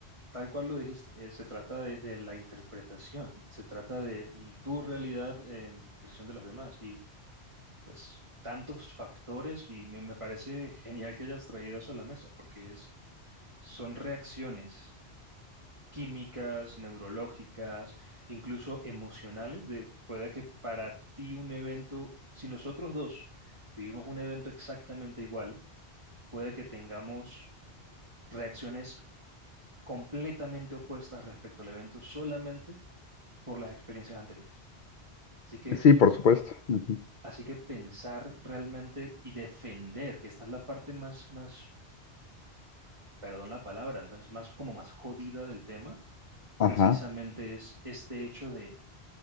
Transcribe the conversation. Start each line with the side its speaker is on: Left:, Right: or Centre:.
Right: tal cual lo dijiste, eh, se trata de, de la interpretación, se trata de l- tu realidad en versión de los demás. Y pues tantos factores y me, me parece genial que hayas traído eso a la mesa, porque es, son reacciones químicas, neurológicas, incluso emocionales, de puede que para ti un evento, si nosotros dos vivimos un evento exactamente igual, puede que tengamos reacciones completamente opuestas respecto al evento solamente por las experiencias anteriores. Así que,
Left: Sí, por supuesto. Ujú.
Right: así que pensar realmente y defender, que esta es la parte más, más perdón la palabra, es más como más jodida del tema,
Left: Ajá.
Right: precisamente es este hecho de